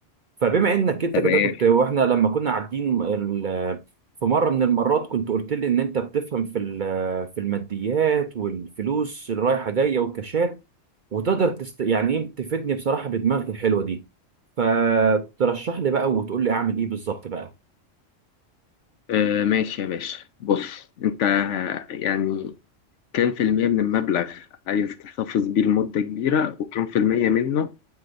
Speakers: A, on the right (about 55°); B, on the left (about 70°).
A: فبما انك انت
B: تمام
A: كده كنت واحنا لما كنا قاعدين ال- في مره من المرات كنت قلت لي ان انت بتفهم في ال- في الماديات والفلوس اللي رايحه جايه والكاشات وتقدر تست... يعني ايه تفيدني بصراحه بدماغك الحلوه دي فترشح لي بقى وتقول لي اعمل ايه بالظبط بقى
B: آه ماشي يا باشا بص انت ه- يعني كام في المية من المبلغ عايز تحتفظ بيه لمدة كبيرة وكام في المية منه